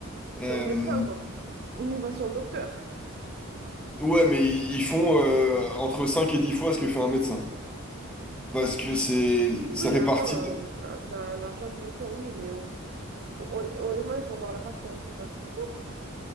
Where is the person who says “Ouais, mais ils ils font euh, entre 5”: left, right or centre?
Centre